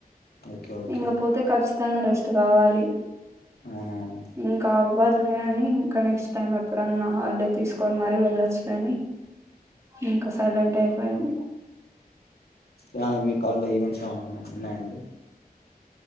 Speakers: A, on the left; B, on the right.
A: ఓకే ఓకే
B: ఇంగ పోతే కచ్చితంగా రెస్ట్ స్ట్ కావాలి
A: అవునవును
B: ఇంకా అవ్వదులే అదే అని ఇంకా నెక్స్ట్ టైం ఎప్పుడన్నా హాలిడే తీసుకొని మరి వెళ్ళొచ్చులే అని ఇంక సైలెంట్ అయిపోయాము
A: య మీ కాల్ లో ఈవెన్ సా ఉన్నాయ్ ఉన్నాయండి